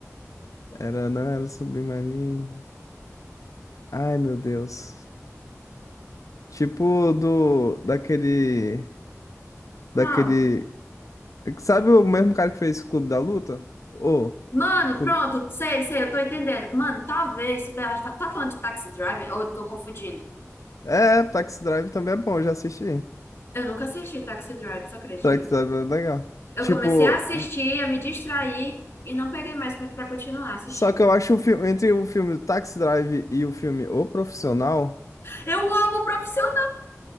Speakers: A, on the left; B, on the left.
A: Era, não era Submarine. Ai, meu Deus. Tipo do. Daquele.
B: Qual?
A: Daquele. Sabe o mesmo cara que fez Clube da Luta? Ô.
B: Mano,
A: Clube...
B: pronto. Sei, sei, eu tô entendendo. Mano, talvez você tá, tá, tá falando de Taxi Driver ou eu tô confundindo?
A: É, Taxi Drive também é bom, já assisti.
B: Eu nunca assisti Taxi Driver, tu acredita?
A: Taxi Drive é legal.
B: Eu
A: Tipo.
B: comecei a assistir, a me distrair e não peguei mais co- pra continuar assistindo.
A: Só que eu acho o filme, entre o filme Taxi Drive e o filme O Profissional,
B: Eu amo o Profissional!